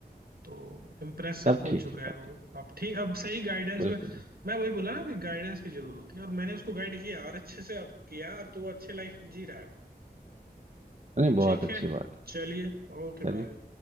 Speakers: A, on the right (about 70°); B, on the right (about 45°).
A: तो इम्प्रेस
B: तब
A: हो
B: ठीक
A: चुका
B: है
A: है
B: तब
A: वो
B: ठीक
A: अब ठीक अब सही गाइडेंस
B: बिल्कुल
A: में
B: बिल्कुल।
A: मैं वही बोला ना कि गाइडेंस की जरूरत होती है और मैंने उसको गाइड किया और अच्छे से अब किया और तो वो अच्छे लाइफ जी रहा है
B: नहीं बहुत
A: ठीक
B: अच्छी
A: है
B: बात
A: चलिए ओके
B: चलिए
A: बाय